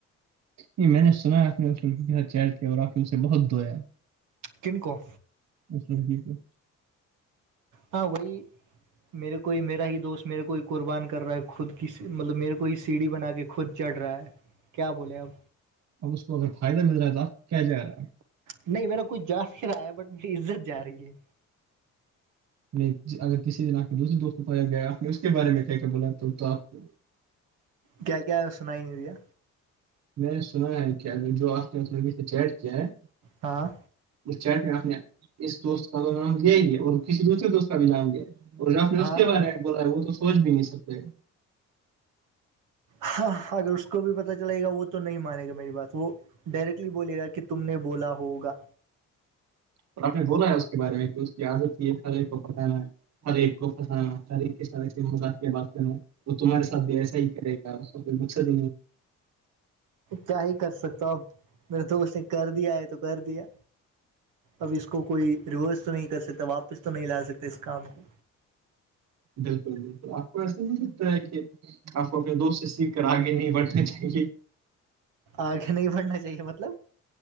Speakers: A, on the right; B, on the right.
A: ج میں نے سنا آپ نے اس لڑکی کے ساتھ چیر کیا اور آپ نے اسے بہت دھویا
B: کنکو
A: ا سر ج س
B: ہاں وہی میرے کوئی میرا ہی دوست میرے کوئی قربان کر رہا ہے خود کی مطلب میرے کوئی سیڑھی بنا کے خود چڑھ رہا ہے کیا بولے اب
A: اب اس کو اگر فائدہ مل رہا ہے تو آپ کیا جےا رہے ہیں
B: نہیں میرا کچھ جا نہیں رہا ہے بٹ میری عزت جا رہی ہے
A: نہیں اگر کسی دن آپ نے دوسرے دوست کو پتایا گیا آپ نے اس کے بارے میں کیا کیا بولا تو تو آپ کو
B: کیا کیا سنائی بھیا
A: میں سنا ہے کیا ا جو آپ کےس لوگی سے چیٹ کیا ہے
B: ہاں
A: اس چٹ میں آپ نے اس دوست کا نام دیا ہی ہے اور کسی دوسرے دوست کا بھی نام دیا اور رف نے
B: ہاں
A: اس کے بارے میں بولا ہے وہ تو سوچ بھی نہیں سکتے
B: ہاں اگر اس کو بھی پت چلے گا وہ تو نہیں مانے گا میری بات وہ ڈائریکٹلی بولے گا کہ تم نے بولا ہوگا
A: اور آپ نے بولا ہے اس کے بارے میں کہ اس کی عادت کی ہے سارے کو بتانا ہے ہر ایک کو ہر ایک کے سات ای مذاق کے بات کرنا وہ تمہارے ساتھ بھی ایسا ہی کرے گا ا بک د
B: کیا ہی کر سکتا ہوں اپ میرے دوست نے کر دیا ہے تو کر دیا اب اس کو کوئی ریورس تو نہیں کر سکتا واپس تو نہیں لا سکتے اس کام کو
A: بالکل بالکل آپ کو ایسا نہیں لگتا ہے کہ آپ کو اپنے دوست سے سیکھ کر آگے نہیں بڑھنا چاہیے
B: آگے نہیں بڑھنا چاہیے مطلب